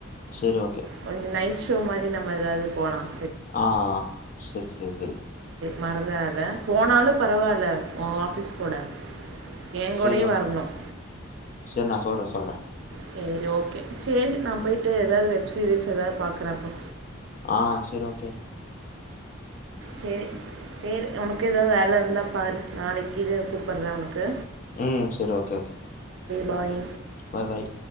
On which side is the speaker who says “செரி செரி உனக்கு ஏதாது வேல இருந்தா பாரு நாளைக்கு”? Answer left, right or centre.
Right